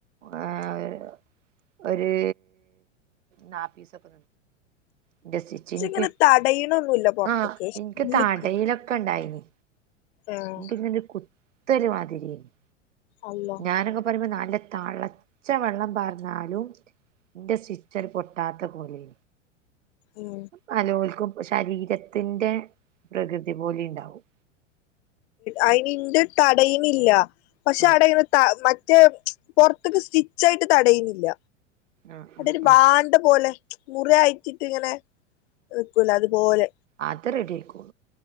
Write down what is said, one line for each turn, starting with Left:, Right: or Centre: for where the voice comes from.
Right: ഏഹ് ഒര് നാപ്പീസൊക്ക ഇന്റെ സ്റ്റിച്ച് ഇന്ക്ക്
Left: ഇങ്ങനെ തടയണൊന്നുല്ല പൊറത്ത്ക്ക്
Right: ആഹ് ഇന്ക്ക്
Left: ഉള്ള്ക്ക്
Right: താടയിലൊക്ക ഇണ്ടായിനി
Left: ഏഹ്
Right: ഇന്ക്ക് ഇങ്ങനൊരു കുത്തല് മാതിരി യേന്നു
Left: അള്ളാ
Right: ഞാനൊക്ക പറിമ്പോ നല്ല തളച്ച വള്ളം പാർന്നാലും ഇന്റെ സ്റ്റിച്ചണ്ട് പൊട്ടാത്ത പോലേ
Left: ഉം
Right: പലോൽക്കും ശരീരത്തിന്റെ പ്രകൃതി പോലെ ഇണ്ടാവും
Left: അതിന് ഇന്റെ തടയ്ണില്ല പക്ഷെ
Right: ആഹ്
Left: അവടെ ഇങ്ങനെ ത മറ്റേ പൊർത്ത്ക്ക് സ്റ്റിച്ചായിട്ട് തടയ്ണില്ല
Right: ആഹ്
Left: അതൊരു
Right: ആഹ്
Left: പാണ്ട
Right: ആഹ്
Left: പോലെ മുറി അയിറ്റ്റ്റ് ഇങ്ങനെ നിക്കൂല അത്പോലെ
Right: ആത് റെഡി ആയിക്കോളൂ